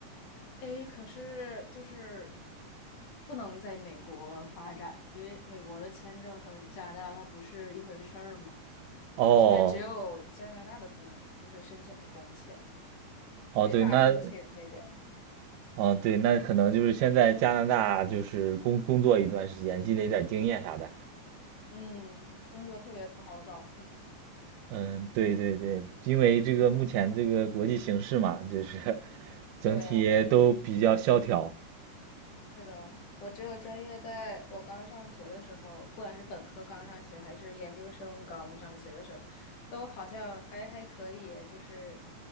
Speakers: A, on the left (about 75°); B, on the right (about 85°).
A: 诶，可是就是不能在美国发展，因为美国的签证和加拿大它不是一回事儿嘛。
B: 哦，
A: 我现在只有加拿大的工，就是申请的工签，
B: 哦，
A: 没法申请那边的。
B: 对，那，哦，对，那可能就是先在加拿大就是工工作一段时间，积累点经验啥的。
A: 嗯，工作特别不好找。<laughs>
B: 嗯，对对对，因为这个目前这个国际形势嘛，就是 <laughs> 整体都比较萧条。
A: 对呀，对呀。是的，我这个专业在我刚上学的时候，不管是本科刚上学，还是研究生刚上学的时候，都好像还还可以，就是